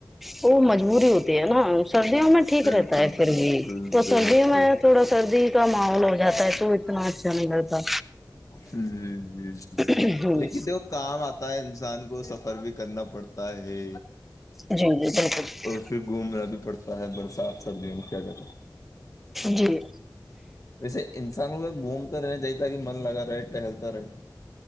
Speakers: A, in the centre; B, on the left.
A: وہ مجبوری ہوتی ہے نا سردیوں میں ٹھیک
B: بالکل
A: رہتا ہے
B: بالکل
A: پھر بھی تو
B: بالکل
A: سردیوں میں تھوڑا سردی کا ماحول ہو جاتا ہے تو ناچ نہیں گتاہ
B: جی جی جی
A: ہ
B: لیکن دیکھو کام آتا ہے انسان کو سفر بھی کرنا پڑتا ہے
A: جی جی بالکل
B: اور پھر گھومنا بھی پڑتا ہے برسات سر د کیاا
A: جی
B: ویسے انسانوں کا گوم رہنے جیتا کہ من لگا رہے ٹہلتا رہے